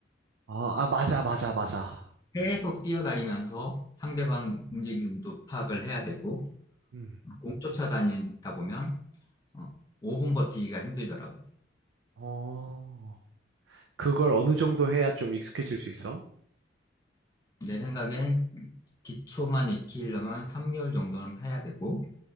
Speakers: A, on the right; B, on the left.
A: 아, 아 맞아, 맞아, 맞아.
B: 계속 뛰어다니면서 상대방
A: 어.
B: 움직임도 파악을 해야 되고
A: 음.
B: 공 쫓아다니다 보면 어, 5분 버티기가 힘들더라고.
A: 어. 그걸 어느 정도 해야 좀 익숙해질 수 있어?
B: 내 생각엔 기초만 익히려면 3개월 정도는 해야 되고,